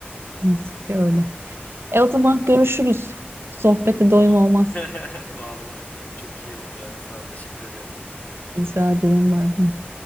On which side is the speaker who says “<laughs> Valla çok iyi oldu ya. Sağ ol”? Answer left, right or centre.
Left